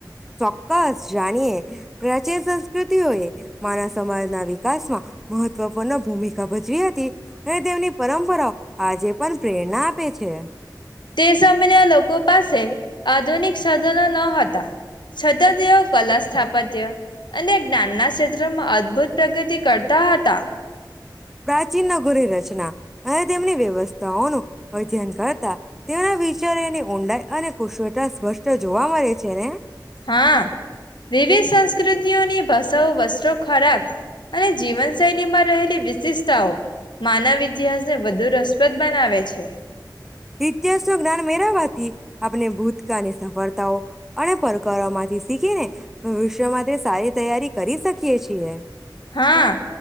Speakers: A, in the centre; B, on the left.
A: ચોક્કસ જાણીએ. પ્રાચીન સંસ્કૃતિઓએ માનવ સમાજના વિકાસમાં મહત્વપૂર્ણ ભૂમિકા ભજવી હતી અને તેમની પરંપરાઓ આજે પણ પ્રેરણા આપે છે.
B: તે સામેના લોકો પાસે આધુનિક સાધનો ન હતા, છતાં તેઓ કલા સ્થાપત્ય અને જ્ઞાનના સેત્રમાં અદભુત પ્રગતિ કરતા હતા.
A: પ્રાચીન નગોરી રચના. અને તેમની વ્યવસ્થાઓનું અધ્યન કરતા તેઓના વિચારેની ઉ ઊંડાઈ અને કુશવેટા સ્પષ્ટ જોવા મળે છે ને!
B: હા, વિવિધ સંસ્કૃતિઓની ભસાઓ, વસ્ત્રો ખોરાક, અને જીવન સૈલીમાં રહેલી વિસીસતાઓ માનવ ઇતિહાસને વધુ રસપ્રદ બનાવે છે.
A: ઇતિહાસનું જ્ઞાન મેરવવાથી, આપને ભૂતકાળની સફળતાઓ અણે પરકારોમાંથી સીખીને ભવિષ્ય માતે સારી તૈયારી કરી સકીએ છીએ.
B: હા